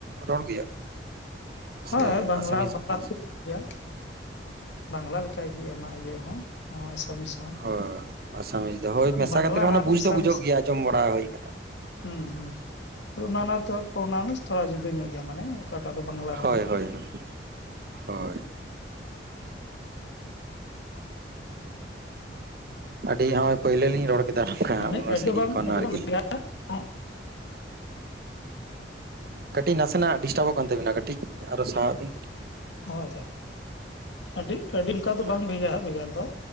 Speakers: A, on the right; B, on the left.
A: ᱨᱚᱲ ᱜᱮᱭᱟ᱾
B: ᱦᱳᱭ
A: ᱥᱮ
B: ᱵᱟᱝ
A: ᱟᱥᱟᱢᱤᱡ
B: ᱞᱟ ᱵᱟᱝ ᱞᱟ
A: ᱦᱚᱸ
B: ᱜᱮᱭᱟ᱾ ᱵᱟᱝ ᱞᱟ ᱞᱮᱠᱟ ᱜᱮ ᱚᱱᱟ ᱤᱭᱟᱹ ᱦᱚᱸ ᱟᱥᱟᱢᱤᱥ
A: ᱦᱳᱭ ᱟᱥᱟᱢᱤᱡ ᱫᱚ ᱦᱳᱭ ᱢᱮ ᱥᱟ
B: ᱵᱟᱝᱞᱟ
A: ᱠᱟᱛᱮᱫ ᱢᱟᱱᱮ
B: ᱟᱨ
A: ᱵᱩᱡ
B: ᱮᱥᱟᱢᱤᱥ
A: ᱫᱚ ᱵᱩᱡᱟᱹᱜ ᱜᱮᱭᱟ ᱟᱸᱡᱚᱢ ᱵᱟᱲᱟ ᱦᱩᱭ ᱟᱠᱟᱱᱟ ᱟᱨ ᱠᱤ
B: ᱦᱩᱸ ᱦᱩᱸ ᱚᱱᱟ ᱚᱱᱟ ᱯᱨᱚᱨ ᱱᱟᱱᱤᱥ ᱛᱷᱚᱲᱟ ᱡᱩᱫᱟᱹ ᱧᱚᱜ ᱜᱮᱭᱟ ᱢᱟᱱᱮ ᱚᱠᱟ ᱴᱟᱜ ᱫᱚ ᱵᱟᱝ ᱞᱟ
A: ᱦᱳᱭ
B: ᱨᱮᱱᱟᱜ
A: ᱦᱳᱭ ᱦᱳᱭ ᱦᱳᱭ ᱟᱹᱰᱤ ᱟᱴ ᱯᱳᱭᱞᱳ ᱞᱤᱧ ᱨᱚᱲ ᱠᱮᱫᱟ ᱦᱟᱱᱛᱮ ᱠᱷᱚᱱ
B: ᱤᱱᱟᱹᱜ
A: ᱩᱱᱟᱹᱜ
B: ᱟᱹᱰᱤ
A: ᱥᱟᱹᱜᱤᱧ
B: ᱫᱚ ᱵᱟᱝ
A: ᱠᱷᱚᱱ
B: ᱟᱹᱰᱤ
A: ᱟᱨ
B: ᱫᱚ
A: ᱠᱤ
B: ᱵᱷᱮᱜᱟᱨ ᱚ
A: ᱠᱟᱹᱴᱤᱡ ᱱᱟᱥᱮ ᱱᱟᱜ ᱰᱤᱥ ᱴᱟᱵᱚᱜ ᱠᱟᱱ ᱛᱟᱵᱤ ᱱᱟ ᱠᱟᱹᱴᱤᱡ ᱟᱨᱚ ᱥᱟᱦᱟᱣᱟᱜ ᱵᱤᱱ
B: ᱚ ᱟᱪᱪᱷᱟ ᱟᱹᱰᱤ ᱟᱹᱰᱤ ᱚᱱᱠᱟ ᱫᱚ
A: ᱦᱮᱸ
B: ᱵᱟᱝ ᱵᱷᱮᱜᱟᱨ ᱵᱷᱮᱜᱟᱨ ᱫᱚ